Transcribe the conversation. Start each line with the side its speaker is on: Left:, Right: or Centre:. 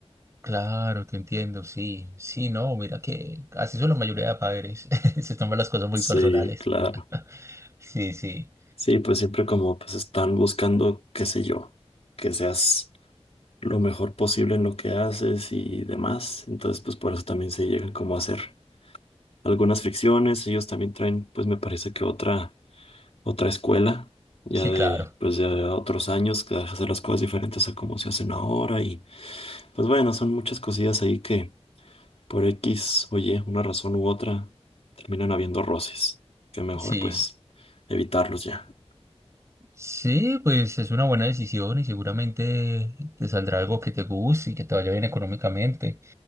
Right: Claro, te entiendo. Sí, sí, no, mira que así son la mayoría de padres. <laughs> Se toman las cosas muy
Left: Sí,
Right: personales.
Left: claro.
Right: <laughs> Sí, sí.
Left: Sí, pues siempre como pues están buscando, qué sé yo, que seas lo mejor posible en lo que haces y demás. Entonces, pues por eso también se llegan como a hacer algunas fricciones. Ellos también traen, pues me parece que otra, otra escuela, ya
Right: Sí,
Left: de,
Right: claro.
Left: pues de otros años, que hace las cosas diferentes a como se hacen ahora. Y pues bueno, son muchas cosillas ahí que Por X, oye, una razón u otra, terminan habiendo roces. Que mejor,
Right: Sí.
Left: pues, evitarlos ya.
Right: Sí, pues es una buena decisión y seguramente te saldrá algo que te guste y que te vaya bien económicamente.